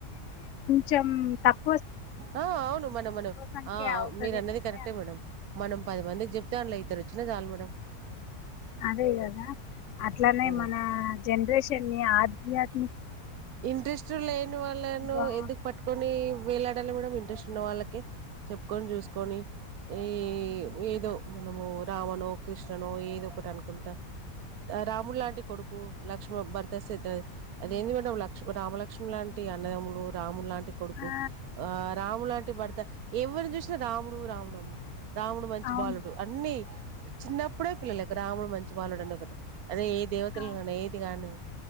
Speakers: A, on the left; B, on the right.
A: చమ్ తప్
B: ఆ అవును మనం మనం
A: సంఖ్య
B: ఆ
A: అవుతదేమో
B: మీరు అన్నది కరెక్టే
A: అని
B: మేడం మనం పది మందిక్ చెప్ దాన్లో ఇద్దరోచ్చిన జాల్ మేడమ్
A: అదేగదా అట్లానే
B: అదే
A: మన జనరేషన్ని ఆధ్యాత్
B: ఇంట్రెస్ట్ లేని వాళ్ళను
A: బా
B: ఎందుకు పట్టుకొని వేలాడాల మేడమ్ ఇంట్రెస్ట్ ఉన్నవాళ్ళకే చెప్పుకొని చూస్కొని ఈ ఏదో మనము రామనో కృష్ణనో ఏదొకటి అనుకుంటా రాముడు లాంటి కొడుకు లక్ష్మ భరత శత అదేంది మేడం ల క్ష్మ రామలక్ష్మి లాంటి అన్నదమ్ములు రాముడు లాంటి కొడుకు
A: ఆ
B: ఆ రాము లాంటి భర్త ఎవరుని చూసినా రాముడు రాముడు అమ్మ రాముడు మంచి
A: అవును
B: బాలుడు అన్ని చిన్నప్పుడే పిల్లలు కు రాముడు మంచి బాలుడు డండి ఒకటి అదే ఏ దేవతలు
A: ఆ
B: కానీ ఏది కానీ